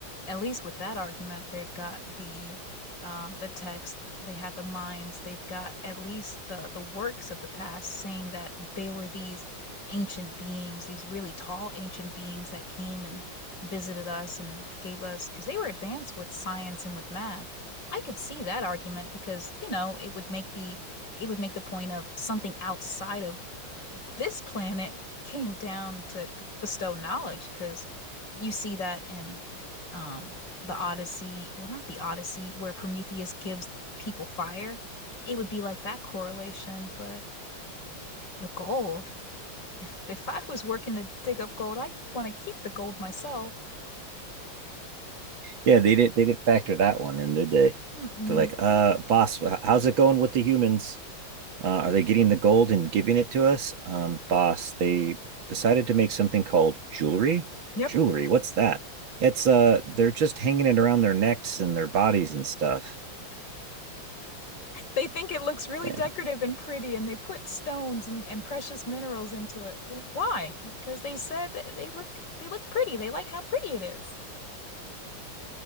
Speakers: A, on the left; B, on the right.
A: at least with that argument, they've got the um, the text, they have the minds, they've got at least the the works of the past saying that they were these ancient beings, these really tall ancient beings that came and visited us and gave us, because they were advanced with science and with math. I could see that argument because, you know, it would make the it would make the point of something outside of this planet came down to bestow knowledge because you see that in um, the Odyssey. Well, not the Odyssey, where Prometheus gives people fire. It would be like that correlation, but the gold. If if I was working to dig up gold, I'd want to keep the gold myself.
B: Yeah, they did not they didn't factor that one in, did they?
A: Mm-mm.
B: They're like, uh, boss, wh- how's it going with the humans? Uh, are they getting the gold and giving it to us? Um, boss, they decided to make something called jewelry.
A: Yep.
B: Jewelry, what's that? It's uh, they're just hanging it around their necks and their bodies and stuff,
A: They think it looks really
B: man.
A: decorative and pretty, and they put stones and, and precious minerals into it. Well, why? Because they said that they look they look pretty. They like how pretty it is.